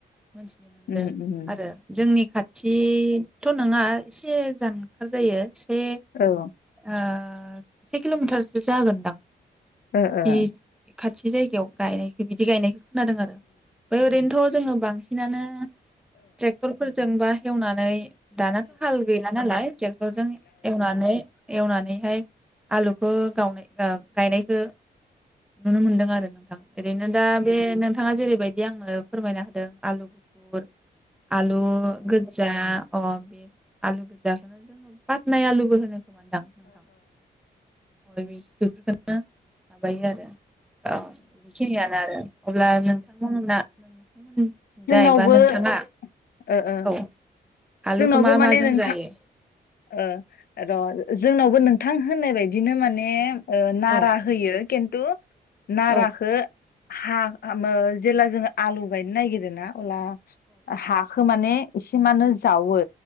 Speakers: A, in the centre; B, on the left.
A: मोनथिनो मोनदों
B: उम उम ओ
A: आरो जोंनि खाथि थ' नोंङा एसे जानगार जायो से
B: औ
A: ओ से किल'मिटारसो जागोनदां
B: ओ ओ
A: इ खाथि जायगायाव गायनायखौ बिदि गायनाय खोनादों आरो ओफ्राय ओरैनोथ' जोङो बांसिनानो त्रेकथरफोर जोंबा हेवनानै दानाथ' हाल गैला नालाय ट्रेक्टरजों एवनानै एवनानैहाय आलुखौ गावनाय ओ गायनायखौ नुनो मोनदों आरो नों थां ओरैनो दा बे नो नोंथाङा जेरैबायदि आंनो फोरमायना होदों आलु गुफुर आलु गोज्जा अ बे आलु गोजाखौनो जोङो पातनाय आलुबो होनो <unintelligible> नोंथां बेफोरखौनो माबायो आरो औ बेखिनियानो आरो अब्ला नोंथांमोना <inaudible>
B: जोंनावबो
A: बा नोंथाङा
B: ओ ओ
A: औ आलुखौ
B: जोंनावबो
A: मा
B: माने
A: माजों
B: नोंथां
A: जायो
B: ओ र' जोंनावबो नोंथां होननाय बायदिनो माने ओ नारा
A: औ
B: होयो केनथु नाराखो
A: औ
B: हा मो जेला जोङो आलु गायनो नागिरो ना अब्ला हाखौ माने एसे मानो जावो